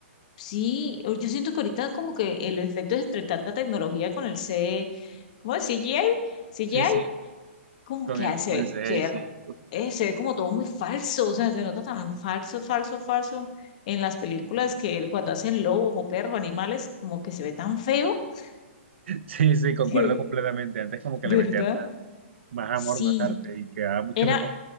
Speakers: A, on the left; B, on the right.
A: Sí, o- yo siento que ahorita como que el efecto es entre tanta tecnología con el C, ¿cómo es? CGI, CGI,
B: Sí, sí,
A: como
B: con
A: que
B: el,
A: hace
B: con el CGI,
A: ser,
B: sí.
A: eh, se ve como todo muy falso, o sea, se nota tan falso, falso, falso en las películas que cuando hacen lobos o perros, animales, como que se ve tan feo, <laughs>
B: Sí, sí, concuerdo
A: que-
B: completamente. Antes como que
A: ¿verdad?
B: le metía más, más
A: Sí,
B: amor, más arte y quedaba mucho
A: era,
B: mejor.